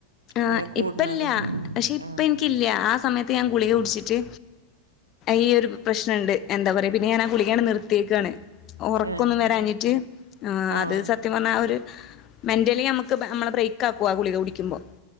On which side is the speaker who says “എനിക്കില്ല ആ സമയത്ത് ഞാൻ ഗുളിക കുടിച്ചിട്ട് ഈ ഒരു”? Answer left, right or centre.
Left